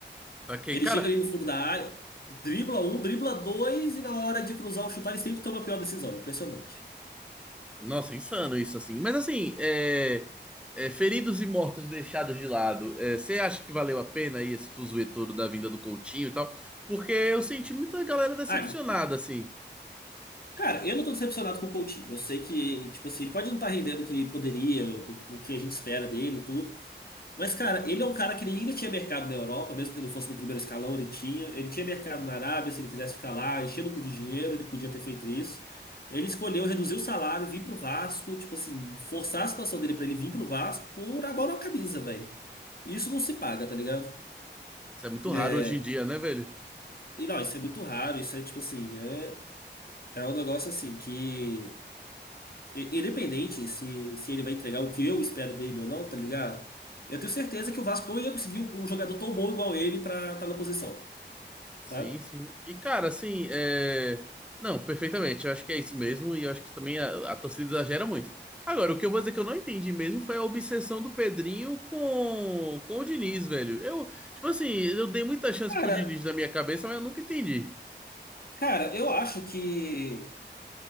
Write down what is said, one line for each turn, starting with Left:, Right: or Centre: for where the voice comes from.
Centre: Só que,
Left: Ele
Centre: cara,
Left: chega ali no fundo da área, dribla um, dribla dois, e na hora de cruzar ou chutar, ele sempre toma a pior decisão. Impressionante.
Centre: nossa, insano isso assim. Mas assim, é, é, feridos e mortos deixados de lado, é, você acha que valeu a pena aí esse fuzuê todo da vinda do Coutinho e tal? Porque eu senti muita galera decepcionada,
Left: Ah,
Centre: assim.
Left: cara, eu não tô decepcionado com o Coutinho. Eu sei que, tipo assim, ele pode não estar rendendo o que ele poderia, o o que a gente espera dele e tudo. Mas, cara, ele é um cara que ele ainda tinha mercado na Europa, mesmo que ele não fosse no primeiro escalão, ele tinha. Ele tinha mercado na Arábia, se ele quisesse ficar lá, enchendo o cu de dinheiro, ele podia ter feito isso. Ele escolheu reduzir o salário, vir pro Vasco, tipo assim, forçar a situação dele pra ele vir pro Vasco por amor à camisa, velho. Isso não se paga, tá ligado?
Centre: Isso é muito raro
Left: É,
Centre: hoje em dia, né, velho?
Left: e não, isso é muito raro, isso é tipo assim, é, é um negócio assim que. I- Independente se, se ele vai entregar o que eu espero dele ou não, tá ligado? Eu tenho certeza que o Vasco não ia conseguir um um jogador tão bom igual ele pra estar na posição,
Centre: Sim,
Left: sabe?
Centre: sim. E, cara, assim, é... Não, perfeitamente. Eu acho que é isso mesmo. E eu acho que também a, a torcida exagera muito. Agora, o que eu vou dizer que eu não entendi mesmo foi a obsessão do Pedrinho com, com o Diniz, velho. Eu, tipo assim, eu dei muita chance
Left: Cara,
Centre: pro Diniz na minha cabeça, mas eu nunca entendi.
Left: cara, eu acho que